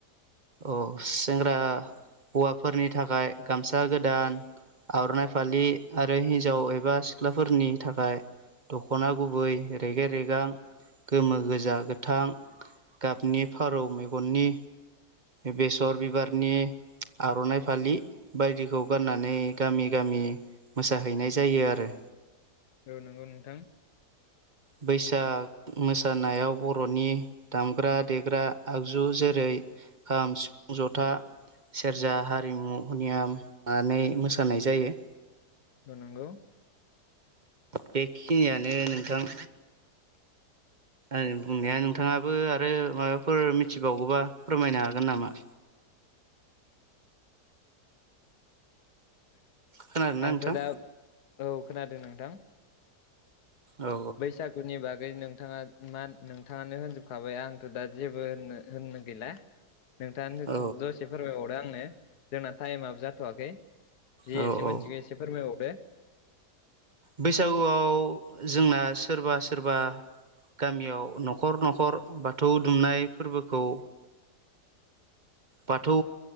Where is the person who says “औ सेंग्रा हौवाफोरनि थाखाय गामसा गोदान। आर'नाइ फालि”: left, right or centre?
Right